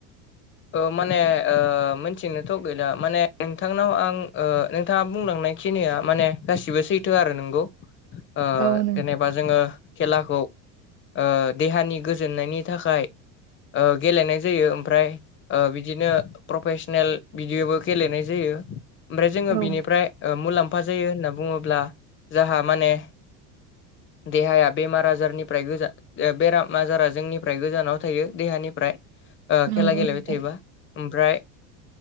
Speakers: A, on the left; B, on the right.
A: अ माने ओ मोनथिनोथ' गैला माने नोंथांनाव आं ओ नोंथाङा बुंलांनाय खिनिया माने गासिबो सैथो आरो नोंगौ ओ
B: औ नोंथां
A: जेनेबा। बा जोङो खेलाखौ ओ देहानि गोजोननायनि थाखाय गेलेनाय जायो ओमफ्राय ओ बिदिनो प्रफेसनेल बिदिबो गेलेनाय जायो ओमफ्राय जोङो
B: औ
A: बिनिफ्राय ओ मुलाम्फा जायो होनना बुङोब्ला जाहा माने देहाया बेमार आजारनिफ्राय गोजा बेराम आजारा जोंनिफ्राय गोजानाव थायो देहानिफ्राय
B: नंगौ
A: खेला गेलेबाय
B: नोंथां
A: थायोबा ओमफ्राय